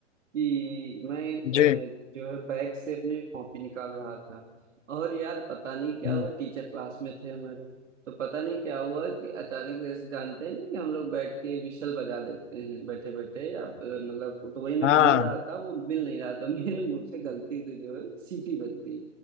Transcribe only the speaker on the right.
कि मैं
अ, जो है बैग से अपने कॉपी निकाल रहा था और यार पता नहीं क्या
हुआ टीचर क्लास में थे हमारे तो पता नहीं क्या हुआ कि अचानक जैसे जानते हैं ना कि हम लोग बैठ के विशल बजा देते हैं बैठे बैठे अब अ, मतलब वो तो वही मैं
ढूंढ रहा था वो मिल नहीं रहा था <laughs> मेरे मुंह से गलती से जो है सीटी बज गई